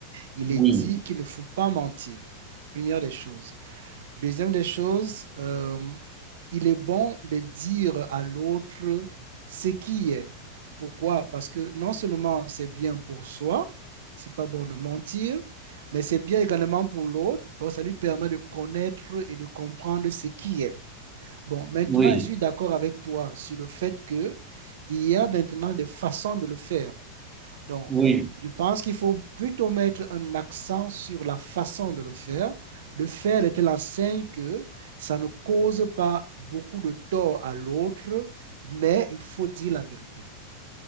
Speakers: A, on the right (about 55°); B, on the right (about 15°).
A: il est
B: Oui,
A: dit qu'il ne faut pas mentir. Première des choses. Deuxième des choses, euh, il est bon de dire à l'autre ce qui est. Pourquoi? Parce que non seulement c'est bien pour soi, c'est pas bon de mentir, mais c'est bien également pour l'autre, parce que ça lui permet de connaître et de comprendre ce qui est. Bon, maintenant,
B: oui,
A: je suis d'accord avec toi sur le fait que il y a maintenant des façons de le faire. Donc,
B: oui,
A: je pense qu'il faut plutôt mettre un accent sur la façon de le faire, le faire de telle enseigne que ça ne cause pas beaucoup de tort à l'autre, mais il faut dire la vérité.